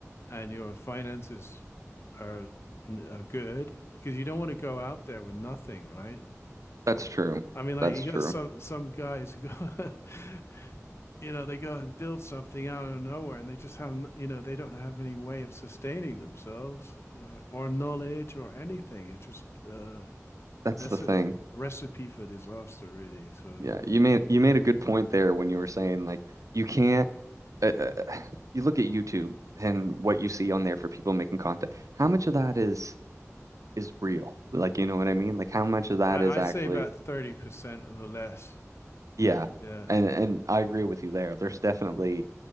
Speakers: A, on the left (about 50°); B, on the right (about 80°).
A: and your finances are, n- are good because you don't want to go out there with nothing, right?
B: that's true.
A: I mean, like
B: That's
A: you
B: true.
A: got some some guys who go, <laughs> you know, they go and build something out of nowhere, and they just have, n- you know, they don't have any way of sustaining themselves uh, or knowledge or anything. It's just uh,
B: That's
A: that's
B: the thing.
A: a recipe for disaster, really. So
B: Yeah, you made you made
A: Yeah.
B: a good point there when you were saying like you can't uh, uh, <sighs> you look at YouTube and what you see on there for people making content. How much of that is is real. Like, you know what I mean? Like how much of that
A: I,
B: is actually,
A: I'd say about 30% or less.
B: yeah.
A: Yeah.
B: And and I agree with you there. There's definitely